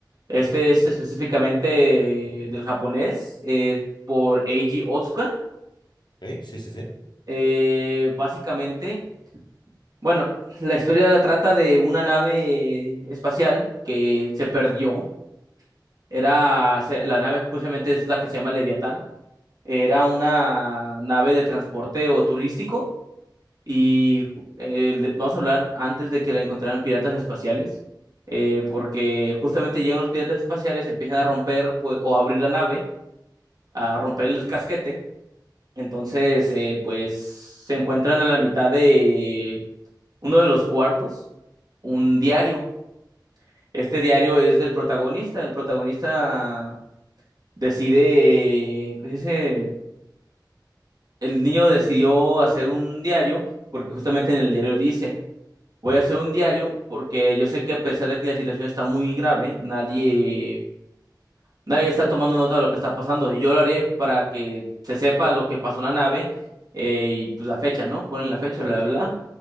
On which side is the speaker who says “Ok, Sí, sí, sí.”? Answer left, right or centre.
Left